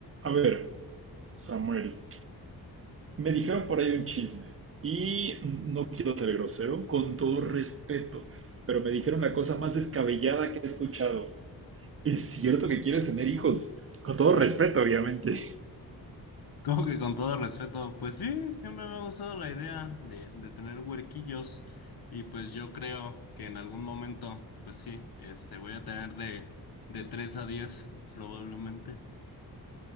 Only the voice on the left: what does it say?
Como que con todo respeto, pues sí, siempre me ha gustado la idea de, de tener huerquillos y pues yo creo que en algún momento, pues sí, este, voy a tener de, de 3 a 10 probablemente. <laughs>